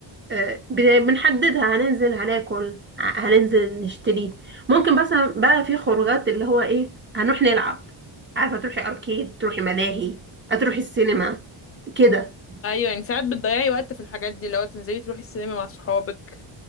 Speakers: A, on the right (about 25°); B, on the left (about 30°).
A: آه، بن- بنحددها هننزل هناكل ع- هننزل نشتري ممكن بس بقى في خروجات اللي هو ايه هنروح نلعب عارفه تروحي اركيد تروحي ملاهي هتروحي السينما كده
B: ايوه يعني ساعات بتضيعي وقت في الحاجات دي لو تنزلي تروحي السينما مع صحابك